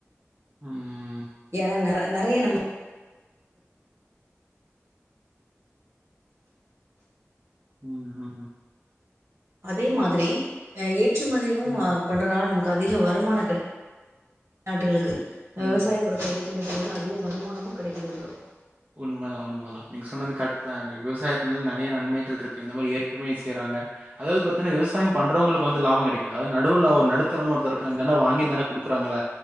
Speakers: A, on the right; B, on the right.
A: ம்
B: ஏன்னா ந நிறைய நம்ம
A: உஹம் உம்
B: அதே மாதிரி <unintelligible> ஏற்றுமதியும்
A: ம்,
B: பண்றதுனால நமக்கு அதிக வருமானோ கெடை நாட்டுகளுக்கு
A: ம்.
B: விவசாய பொறத்தை <inaudible> அதிக வருமானமும் கெடைக்கிறது ப்ரோ
A: உண்மதா உண்மதா நீங்க சொன்னது கரக்ட் தான் விவசாயத்தினில் நெறய நன்மைகள் இருக்கு இந்த மாதிரி ஏற்றுமனி செய்றாங்க அதாவது பத்தின்னா விவசாயம் பண்றவங்களுக் வந்து லாபம் கிடைக்க அது நடூவ்ல ஒரு நடுத் தனமா ஒருத்த இருக்கா இந்தாண்ட குடுக்குறாங்கள